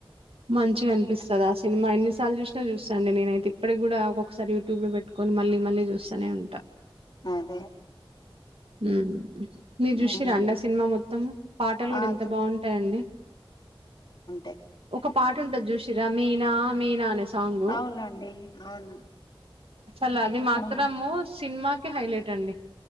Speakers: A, on the right; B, on the left.
A: మంచిగా అనిపిస్తది ఆ సినిమా అ సార్లు చూసిన చూస్తాండి నేనైయి ఇటికి కూడా ఒక్కసారి యూట్యూబ్ లో పెట్టుకని మళ్ళీ మళ్ళీ చూస్తూనే ఉంట
B: అదే
A: ఉహు మీరు చూసేరా
B: ఉమ్
A: అండి సినిమా మొత్తం పాటలు కూడా
B: ఆ
A: ఎంత
B: చూ
A: బాగుంటాయండి
B: టె
A: ఒక పాట ఉంటది చూసిరా మీనా మీనా అనేస్ సాంగ్
B: అవునండి అవును
A: అసలు అది మాత్రము
B: అవును
A: సినిమా కే హైలైట్ అండి